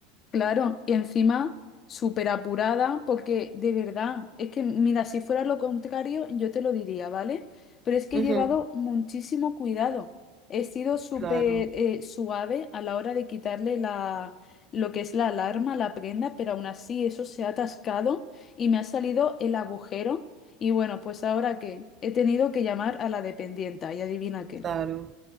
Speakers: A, on the left (about 35°); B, on the right (about 30°).
A: Claro, y encima súper apurada, porque de verdad, es que mira, si fuera lo contrario, yo te lo diría, ¿vale? Pero es que
B: Ujú,
A: he llevado muchísimo cuidado. He sido súper
B: Claro,
A: eh, suave a la hora de quitarle la, lo que es la alarma, la prenda, pero aún así eso se ha atascado y me ha salido el agujero. Y bueno, pues ahora qué, he tenido que llamar a la dependienta y adivina qué.
B: claro.